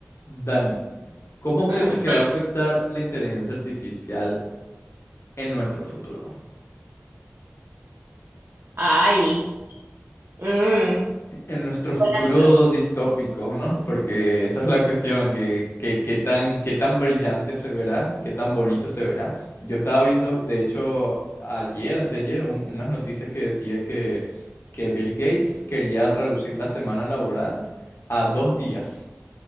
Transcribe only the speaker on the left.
Dani, ¿cómo
crees que va
a afectar la inteligencia artificial en nuestro futuro?
En nuestro futuro
distópico, ¿no? Porque esa es la cuestión, que, que, qué tan, qué tan brillante se verá, qué tan bonito se verá. Yo estaba viendo, de hecho, ayer, anteayer, un- unas noticias que decía que, que Bill Gates quería reducir la semana laboral a dos días.